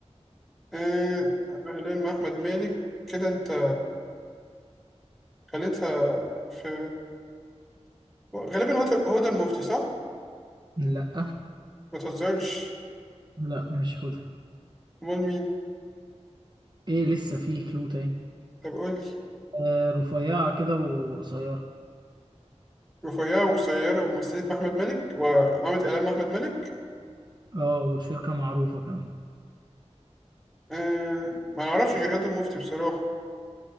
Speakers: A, in the centre; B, on the right (about 40°).
A: آه هلال مع احمد مالك كده انت خليتها في غالبا هو ده- هو ده المفتي صح
B: لا
A: ما تهزرش
B: لا مش خدها
A: امال مين
B: ايه لسه في كلو تاني
A: طب قول لي
B: آه رفيعة كده وقصيرة
A: رفيعة وقصيرة ومثلت مع أحمد مالك وعملت إعلان مع أحمد مالك
B: اه والشركة معروفة كمان
A: آه ما نعرفش غير هدى المفتي بصراحة